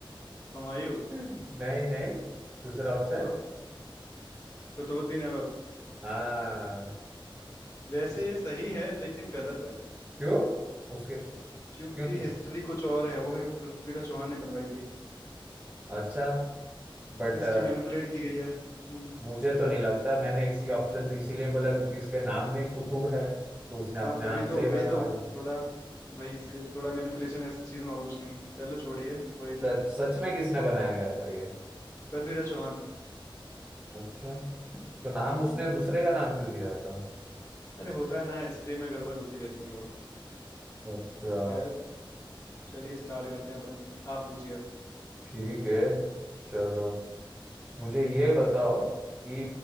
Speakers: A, on the left; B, on the right.
A: हुमायूं
B: नहीं नहीं दूसरा ऑप्शन
A: तो कुतुबुद्दीन ऐबक
B: हाँ
A: वैसे
B: उस
A: ये सही है लेकिन गलत है
B: क्यों उसके क्यों
A: क्योंकि
B: के
A: हिस्ट्री कुछ और है वो पृथ्वीराज चौहान ने बनवाई थी
B: अच्छा बट
A: हिस्ट्री मैनिपुलेट की गई है हम्म
B: मुझे तो नहीं लगता मैंने इसी ऑप्शन तो इसीलिए बोला क्योंकि इसके नाम में कुतुब है तो उसने अपने
A: हाँ तभी
B: नाम से
A: तो
B: ही
A: वही
B: बनाया
A: तो
B: है
A: थोड़ा वही इसीलिए थोड़ा मैनिपुलेशन है इस चीज में और कुछ नहीं चलो छोड़िए कोई नहीं
B: सच सच में किसने बनाया गया था ये
A: पृथ्वीराज चौहान
B: अच्छा तो नाम
A: हम्म
B: उसने दूसरे का नाम क्यों दिया था
A: अरे होता है ना हिस्ट्री में गड़बड़ होती रहती है बहुत
B: अच्छा
A: खैर चलिए स्टार्ट करते हैं अपन आप पूछिए अब
B: ठीक है चलो मुझे ये बताओ कि